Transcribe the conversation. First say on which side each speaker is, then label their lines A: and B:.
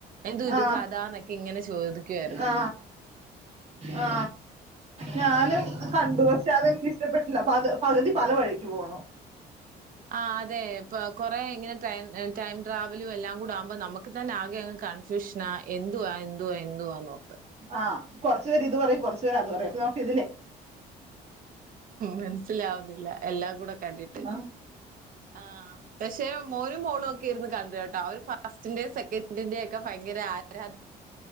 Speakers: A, on the right; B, on the right.
A: എന്തോ ഇത്
B: ആ
A: കഥാന്നൊക്കെ ഇങ്ങനെ ചോദിക്കുവായിരുന്നു.
B: ആ ആ ഞാനും കണ്ടു. പക്ഷെ അതെനിക്കിഷ്ട്ടപ്പെട്ടില്ല. പത് പകുതി പല വഴിക്കു പോണു.
A: ആ അതെ പ കൊറേ ഇങ്ങനെ റ്റെം ടൈം ട്രാവലും എല്ലാം കൂടാവുമ്പം നമ്മുക്ക് തന്നെ ആകെ അങ്ങ് കൺഫ്യൂഷനാ എന്തുവാ എന്തുവാ എന്തുവാന്നോ
B: ആ കൊറച്ചുപേരിതു പറയും, കൊറച്ചുപേരതുപറയും, അപ്പൊ നമുക്കി
A: മനസ്സിലാവുന്നില്ല. എല്ലാംകൂടെ കണ്ടിട്ട്
B: ആ
A: ആ പഷേ മോനും മോളും ഒക്കെ ഇരുന്നു ക <unintelligible> രേട്ടാ അവര് ഫാസ്ച്ചഞ്ചേഴ്സ് <unintelligible> <unintelligible> ഫയങ്കര ആരാ രാധ